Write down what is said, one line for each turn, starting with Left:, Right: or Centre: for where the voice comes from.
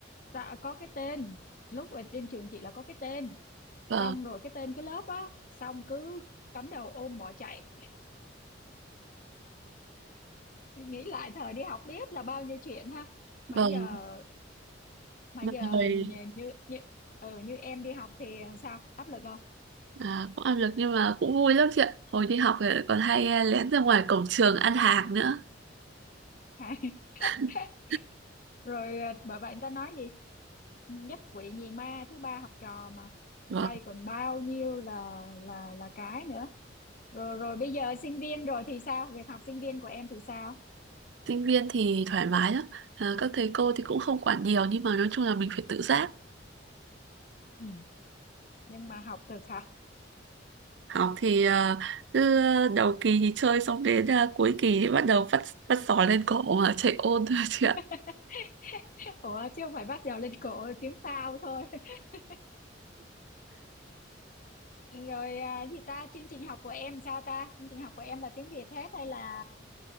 Left: dạ, có cái tên lúc ở trên trường chị là có cái tên
Right: vâng
Left: xong rồi cái tên cái lớp á xong cứ cắm đầu ôm bỏ chạy nghĩ lại thời đi học biết là bao nhiêu chuyện ha mà
Right: vâng
Left: giờ mà
Right: Mà
Left: giờ
Right: hồi
Left: nhờ- như như ừ, như em đi học thì sao áp lực không
Right: à, cũng áp lực nhưng mà cũng vui lắm chị ạ hồi đi học thì còn hay ờ, lén ra ngoài cổng trường ăn hàng nữa
Left: hả
Right: <laughs>
Left: <laughs> rồi ờ, bởi vậy người ta nói gì nhất quỷ nhì ma thứ ba học trò mà
Right: vâng
Left: tụi bay còn bao nhiêu là là là cái nữa rồi rồi bây giờ sinh viên rồi thì sao việc học sinh viên của em thì sao
Right: sinh viên thì thoải mái lắm à, các thầy cô thì cũng không quản nhiều nhưng mà nói chung là mình phải tự giác
Left: ừ. nhưng mà học được hả
Right: học thì ờ, cứ đầu kỳ thì chơi xong đến ờ, cuối kỳ thì bắt đầu phát phát sỏi lên cổ mà chạy ôn thôi chị ạ
Left: <laughs> ủa chứ không phải bắt đầu lên cổ tiếng phao thôi <laughs> Rồi à, gì ta chương trình học của em sao ta? Chương trình học của em là tiếng Việt hết hay là